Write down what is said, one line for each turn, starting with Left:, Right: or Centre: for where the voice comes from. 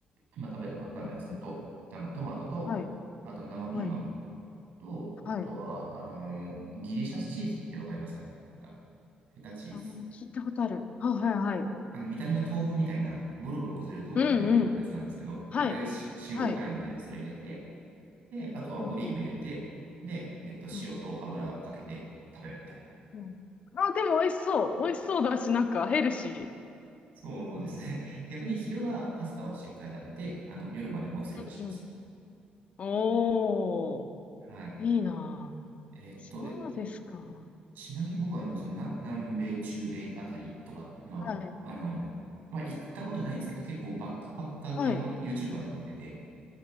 Right: 今食べたばっかのやつだと、
Left: うんうん。
Right: あの、トマトと、
Left: はい。
Right: あと生ピーマン。
Left: はい。
Right: と、あとは、
Left: はい。
Right: あの、ギリシャチーズってわかりますかねなんか、フェタチーズ。
Left: あの、聞いたことある。はいはいはい。
Right: あの、見た目が豆腐みたいな、ボロボロ崩れる豆腐みたいなやつがあるんですけど、
Left: うんうん。はい。
Right: あれし、中国辛いので、
Left: はい。
Right: それ入れて、で、あとはオリーブ入れて、
Left: ほうんうん。
Right: で、えっと、
Left: うんう
Right: 塩と油かけて食べるみたいな。
Left: ん。うんあ、でも美味しそう。美味しそうだし、なんかヘルシ
Right: そうですね。<laughs> 逆に昼はパスタをしっかり食べて、あの、夜まで持つようにします。
Left: ー。うんうん。おー、
Right: はい。
Left: いいなぁ。
Right: えっと、
Left: そうですか。
Right: え、ちなみに僕は、あの、その、な南米、中米あたりとかの、
Left: はい。
Right: あの、まあ、行ったことないんですけど、結構バックパッカー系の
Left: はい。
Right: YouTuber とか見てて、